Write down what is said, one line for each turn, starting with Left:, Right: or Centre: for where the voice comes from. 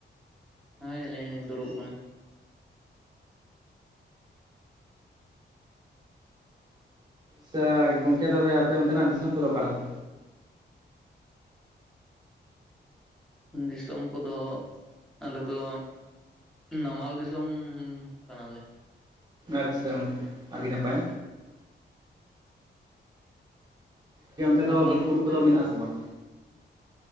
Centre: ᱦᱳᱭ ᱟᱹᱞᱤᱧ ᱦᱚᱸ ᱞᱤᱧ ᱫᱩᱲᱩᱵ ᱟᱠᱟᱱᱟ
Right: ᱟᱪᱪᱷᱟ ᱜᱚᱝᱠᱮ ᱛᱚᱵᱮ ᱟᱯᱮ ᱚᱱᱛᱮᱱᱟᱜ ᱫᱤᱥᱚᱢ ᱠᱚᱫᱚ ᱚᱠᱟᱞᱮ ᱞᱮᱠᱟ
Centre: ᱫᱤᱥᱚᱢ ᱠᱚᱫᱚ ᱟᱞᱮ ᱫᱚ ᱦᱩᱸ ᱱᱟᱢᱟᱞ ᱫᱤᱥᱚᱢ ᱠᱟᱱᱟᱞᱮ
Right: ᱟᱪᱪᱷᱟ ᱜᱚᱢᱠᱮ ᱟᱹᱰᱤ ᱱᱟᱯᱟᱭ ᱜᱟᱢᱠᱮ ᱚᱱᱛᱮ
Centre: ᱱᱟᱢᱟᱞ
Right: ᱫᱚ ᱵᱤᱨ
Centre: ᱵᱚᱞᱛᱮ
Right: ᱵᱩᱨᱩ ᱠᱚᱫᱚ ᱢᱮᱱᱟᱜ ᱟ ᱥᱮ ᱵᱟᱝ